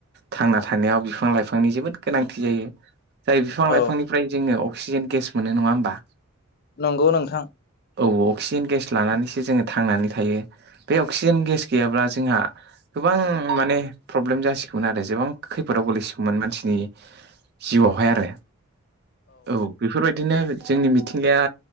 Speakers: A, on the right; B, on the left.
A: थांना थानायाव बिफां लाइफांनि जोबोद गोनांथि जायो। जाय बिफां
B: औ
A: लाइफांनिफ्राय जोङो अक्सिजेन गेस मोनो नङा होमबा?
B: नंगौ नोंथां।
A: औ अक्सिजेन गेस लानानैसो जोङो थांनानै थायो। बे अक्सिजेन गेस गैयाब्ला जोंहा गोबां माने प्रब्लेम जासिगौमोन आरो जेबां खैफोदाव गोलैसिगौमोन मानसिनि जिउआवहाय आरो औ बेफोरबाय दिनो जोंनि मिथिंगाया